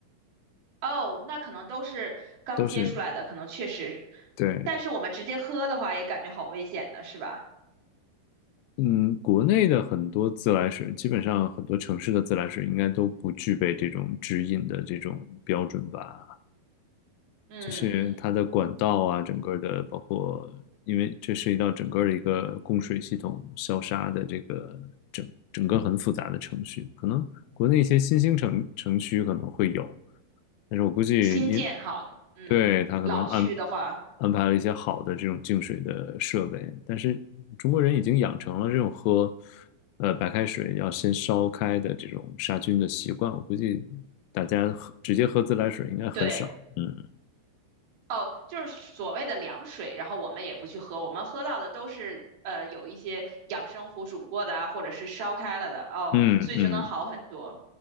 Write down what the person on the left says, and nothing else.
都是
对，
嗯，国内的很多自来水，基本上很多城市的自来水应该都不具备这种直饮的这种标准吧。
就是它的管道啊，整个的包括，因为这涉及到整个的一个供水系统消杀的这个整整个很复杂的程序，可能国内一些新兴城城区可能会有，但是我估计因
对它可能安
安排了一些好的这种净水的设备，但是中国人已经养成了这种喝呃白开水要先烧开的这种杀菌的习惯，我估计大家喝直接喝自来水应该很少，
嗯。
嗯嗯，